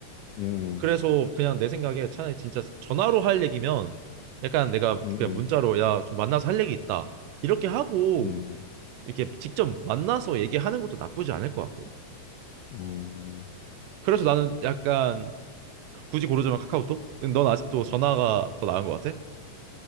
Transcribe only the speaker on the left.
음,
음,
음,
음.